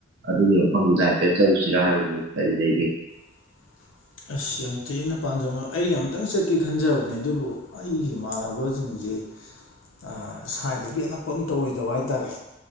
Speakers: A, on the right (about 55°); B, on the left (about 80°).
A: ꯑꯗꯨꯒꯤ ꯃꯐꯝꯗꯨꯗ ꯍꯥꯏꯐꯦꯠ ꯆꯧ ꯁꯤꯔꯥ ꯍꯥꯏꯕꯕꯨ ꯀꯔꯤ ꯂꯩꯒꯦ꯫
B: <inaudible> ꯑꯁ ꯌꯥꯝ ꯊꯤꯅ ꯄꯥꯟꯗꯕ ꯑꯩꯩꯅ ꯑꯝꯇꯪ ꯆꯠꯀꯦ ꯈꯟꯖꯕꯅꯦ ꯑꯗꯨꯕꯨ ꯑꯩꯒꯤ ꯏꯃꯥꯟꯅꯕꯖꯤꯡꯖꯦ ꯑ ꯁ꯭ꯋꯥꯏꯗꯒꯤ ꯑꯅꯛꯄ ꯑꯝꯇ ꯑꯣꯏꯗꯕ ꯍꯥꯏꯇꯥꯔꯦ